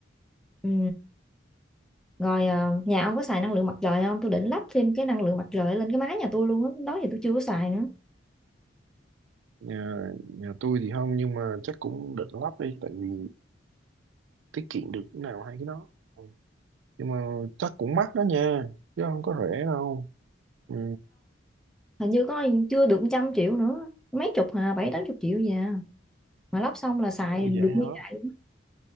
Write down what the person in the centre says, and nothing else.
Ừ. rồi ờ, nhà ông có xài năng lượng mặt trời không tôi định lắp thêm cái năng lượng mặt trời lên cái mái nhà tôi luôn á đó thì tôi chưa có xài nữa
hình như có chưa được trăm triệu nữa mấy chục hà bảy tám chục triệu gì à mà lắp xong là xài
được
nguyên ngày